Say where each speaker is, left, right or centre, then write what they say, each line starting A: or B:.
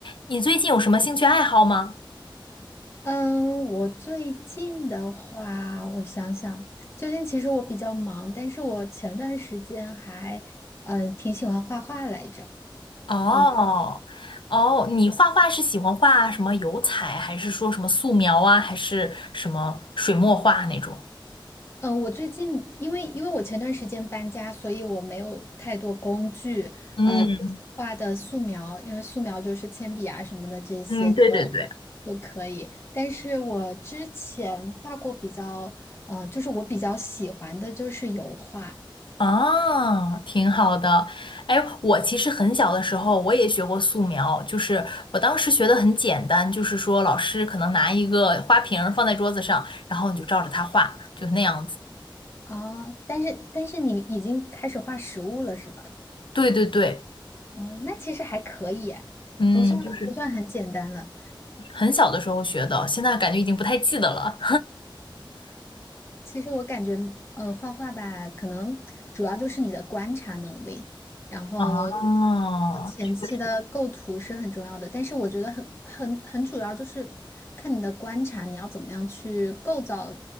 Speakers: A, on the left (about 70°); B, on the left (about 30°).
A: 你最近有什么兴趣爱好吗？
B: 嗯，我最近的话，我想想，最近其实我比较忙，但是我前段时间还，呃，挺喜欢画画来着。
A: 哦，
B: 你呢？
A: 哦，你画画是喜欢画什么油彩，还是说什么素描啊，还是什么水墨画那种？
B: 嗯，我最近因为因为我前段时间搬家，所以我没有太多工具，
A: 嗯
B: 呃，就是画的素描，因为素描就是铅笔啊什么的这些就
A: 嗯，对对对，
B: 就可以。但是我之前画过比较，呃，就是我比较喜欢的就是油画。
A: 啊，挺好的。哎，我其实很小的时候我也学过素描，就是我当时学的很简单，就是说老师可能拿一个花瓶儿放在桌子上，然后你就照着它画，就那样子。
B: 哦，但是但是你已经开始画实物了是吧？
A: 对对对，
B: 嗯，那其实还可以哎，
A: 嗯，
B: 不算不算很简单了。
A: 就是很小的时候学的，现在感觉已经不太记得了。
B: 其实我感觉，呃，画画吧，可能主要就是你的观察能力，然后
A: 哦，
B: 前期的构图是很重要的。
A: 确实，
B: 但是我觉得很很很主要就是看你的观察，你要怎么样去构造